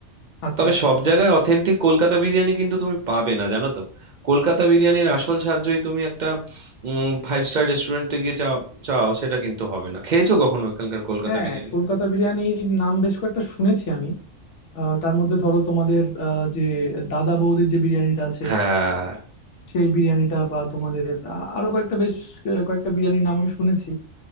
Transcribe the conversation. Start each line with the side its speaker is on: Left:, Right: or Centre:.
Left: আচ্ছা
Right: তবে
Left: আচ্ছা
Right: সব জায়গায় অথেন্টিক কলকাতা বিরিয়ানি কিন্তু তুমি পাবে না জানো তো কলকাতা বিরিয়ানির আসল সাহায্যই তুমি একটা ফাইভ স্টার রেস্টুরেন্টে গিয়ে চাও চাও সেটা কিন্তু হবে না খেয়েছো কখনো এখানকার কলকাতা
Left: হ্যাঁ
Right: বিরিয়ানি
Left: কলকাতা বিরিয়ানির নাম বেশ কয়েকটা শুনেছি আমি আহ, তার মধ্যে ধরো তোমাদের আহ, যে দাদা বৌদির যে বিরিয়ানিটা আছে
Right: হ্যাঁ
Left: সেই বিরিয়ানিটা বা তোমাদের আ- আরো কয়েকটা বেশ আহ, কয়েকটা বিরিয়ানির নাম আমি শুনেছি